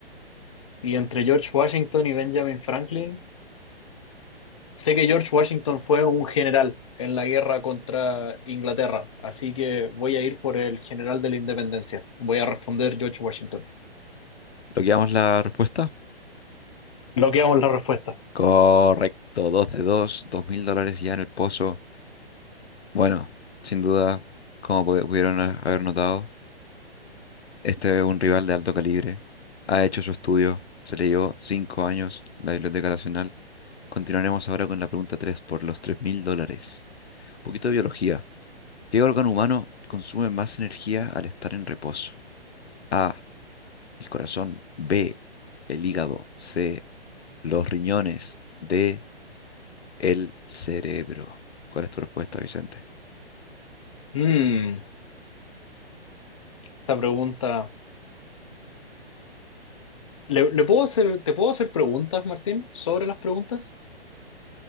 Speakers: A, on the left (about 30°); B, on the left (about 85°).
A: Y entre George Washington y Benjamin Franklin, sé que George Washington fue un general en la guerra contra Inglaterra, así que voy a ir por el general de la independencia. Voy a responder George Washington.
B: ¿Logueamos la respuesta?
A: Bloqueamos la respuesta.
B: Correcto. 2 de dos 2 mil dólares ya en el pozo. Bueno, sin duda, como pu- pudieron a- haber notado, este es un rival de alto calibre. Ha hecho su estudio. Se le llevó 5 años la Biblioteca Nacional. Continuaremos ahora con la pregunta 3 por los tres mil dólares. Un poquito de biología. ¿Qué órgano humano consume más energía al estar en reposo? A. el corazón, B, el hígado, C, los riñones, D, el cerebro. ¿Cuál es tu respuesta, Vicente?
A: Mm, esta pregunta. ¿Le, le puedo hacer, te puedo hacer preguntas, Martín, sobre las preguntas?